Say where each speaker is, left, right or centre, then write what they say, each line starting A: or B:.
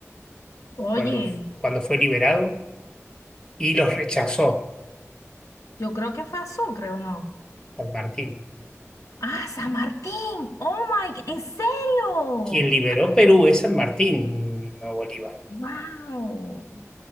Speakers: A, on the left; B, on the left.
A: Oye,
B: cuando, cuando fue liberado? Y los rechazó
A: yo creo que fue a Sucre, ¿o no?
B: San Martín.
A: Ah, San Martín. Oh my, g- ¿en serio?
B: Quien liberó Perú es San Martín, no Bolívar.
A: Wow.